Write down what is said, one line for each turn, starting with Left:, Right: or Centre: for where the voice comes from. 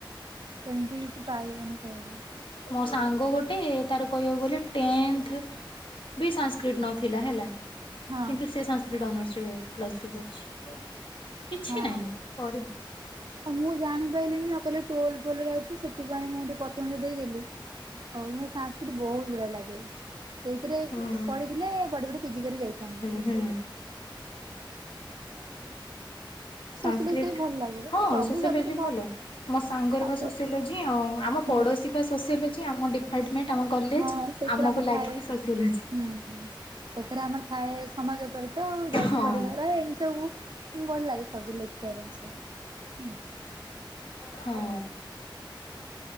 Right: ସେମିତି କିଛି ପାଇବନି କହିଲେ।
Left: ମୋ ସାଙ୍ଗ ଗୋଟେ ତାର କହିବାକୁ ଗଲେ ଟେନ୍ଥେ ବି ସାସ୍କ୍ରିଟି ନଥିଲା ହେଲା
Right: ହଁ
Left: କିନ୍ତୁ ସେ ସା ଟି ଅନର୍ଷ ରେ ପ୍ଲସ ଥ୍ରି କରୁଚି କିଛି
Right: ହଁ।
Left: ନାଇଁ କରି
Right: ହଁ ମୁଁ ଜାଣିପାରିଲିନି ନା କହିଲେ ଟୋଲ ଫୋଲ ଅଛି ସେଥିପାଇଁ ମୁଁ ଟିକେ ପଛ ଘୁଞ୍ଚା ଦେଇଦେଲି। ହଉ ମୋ ସାସ୍କିଟି ବହୁତ ବଢିଆ ଲାଗେ ସେଇଥିରେ
Left: ହୁଁ।
Right: ପଢ଼ିଥିଲେ ପଢ଼ି ପଢ଼ି ପିଜି କରି ଯାଇଥାନ୍ତି।
Left: ଉଁ ହୁଁ
Right: ସୋସିଓଲୋଜି
Left: ସାସ୍କ୍ରିଟ
Right: ଟା ବି ଭଲ ଲାଗେ
Left: ହଁ
Right: ସବୁ
Left: ସୋସିଓଲୋଜି
Right: ସବଜେକ୍ଟ
Left: ଭଲ। ମୋ ସାଙ୍ଗର
Right: ପାଠ
Left: ବା ସୋସିଓଲୋଜି ଆଉ ଆମ ପଡୋଶୀ
Right: ହଁ
Left: ବା ସୋସିଓଲୋଜି ଆମ ଡିପାର୍ଟମେଣ୍ଟ ଆମ କଲେଜ
Right: ହଁ ସେଥିରେ
Left: ଆମକୁ
Right: ଆମର
Left: ଲାଗିକି
Right: ଥାଏ
Left: ସୋସିଓଲୋଜି।
Right: ହୁଁ ସେଥିରେ ଆମର ଥାଏ ସମାଜ ଉପରେ ତ ଯୌଥ
Left: ହଁ
Right: ପରିବାର ଏମିତି ସବୁ ଭଲ ଲାଗେ ସବୁ ଲେଖିବା ପାଇଁ ସବୁ
Left: ହୁଁ